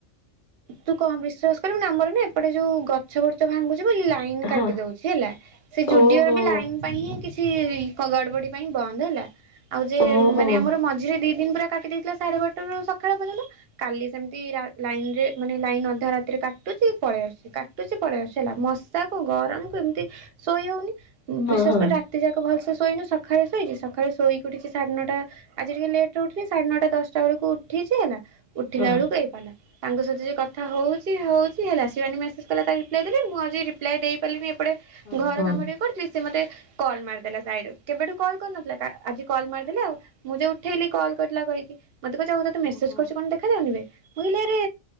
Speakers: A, on the right; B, on the left.
A: ତୁ କହ ବିଶ୍ୱାସ କରିବୁନି ଆମର ନା ଏପଟେ ଯୋଉ ଗଛ ପଛ ଭାଙ୍ଗୁଛି ବୋଲି ଲା ଲାଇନ୍‌ କାଟି
B: ହଁ
A: ଦଉଛି ହେଲା। ସେ ଜୁଡିଓ
B: ଓହୋ
A: ରେ ବି ଲାଇନ୍‌ ପାଇଁ ହିଁ କିଛି କ ଗଡ଼ବଡି ପାଇଁ ବନ୍ଦ ହେଲା ଆଉ ଯେ
B: ଓହୋ।
A: ମାନେ ଆମର ମଝି ଝିରେ ଦି ଦିନ ପୁରା କାଟି ଦେଇଥିଲା ସାଢେ ବାରଟା ରୁ ସକାଳ ପର୍ଯ୍ୟନ୍ତ କାଲି ସେମିତି ଲାଇନ ରେ ମାନେ ଲାଇନ୍ ଅଧା ରାତିରେ କାଟୁଛି ପଳେଇ ଆସୁଛି କାଟୁଛି ପଳେଇ ଆସୁଛି ହେଲା ମଶାକୁ ଗରମକୁ ଏମିତି ଶୋଇ ହଉନି
B: ହଁ
A: ବିଶ୍ୱାସ
B: ହଁ
A: କର୍ ରାତ ରାତି ଯାକ ଭଲସେ ଶୋଇନୁ ସକାଳେ ଶୋଇଛି ସକାଳେ ଶୋଇକି ଉଠିଛି ସାଢେ ନଅଟା ଆଜି ଟିକେ ଲେଟ୍ ରେ ଉଠିଲି, ସାଢେ ନଅଟା ଦଶଟା ବେଳକୁ ଉଠିଛି ହେଲା, ଉଠିଲା
B: ହଁ
A: ବେଳକୁ ଏଇ ପାଲା। ତାଙ୍କ ସହିତ ଯେ କଥା ହଉଛି ହଉଛି ହେଲା। ଶିବାନୀ ମେସେଜ କଲା ତା ରିପ୍ଲାଏ ଦେଲେ ମୁଁ ଆଜି ରିପ୍ଲାଏ ଦେଇପାରିଲିନି ପଟେ
B: ହଁ
A: ଘର
B: ହଁ।
A: କାମ ଟିକେ କରୁଚି, ସେ ମତେ କଲ୍ ମାରଦେଲା ସାଇଡ୍‌ରୁ କେବେଠୁ କଲ୍ କରିନଥିଲା ଆଜି କଲ୍ ମାରିଦେଲେ ଆଉ। ମୁଁ ଯେ ଉଠେଇଲି କଲ୍ କରିଥିଲା କହିକି, ମତେ କହୁଛି ତତେ
B: ଓହୋ।
A: ମେସେଜ କରୁଛି କଣ ଦେଖାଯାଉନି! !! ମୁଁ କହିଲି ଆରେ